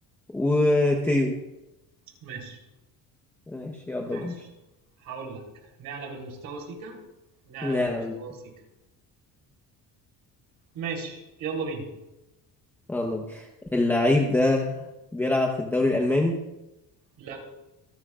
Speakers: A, in the centre; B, on the right (about 60°).
A: وتيو
B: ماشي
A: ماشي يلا
B: ماشي
A: دور
B: هقول لك نعلى بالمستوى سيكا نعلى
A: نعلم
B: بالمستوى
A: بيه.
B: سيكا ماشي يلا بينا
A: يلا بيه. اللعيب ده بيلعب في الدوري الألماني
B: لا